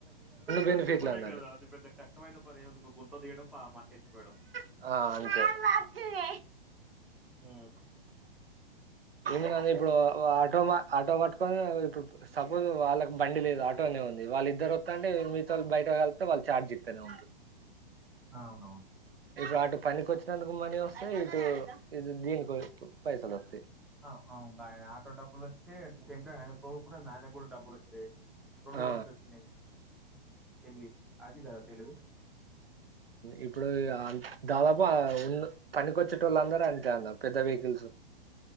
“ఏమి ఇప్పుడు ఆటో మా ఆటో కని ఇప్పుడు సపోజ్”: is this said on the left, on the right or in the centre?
Right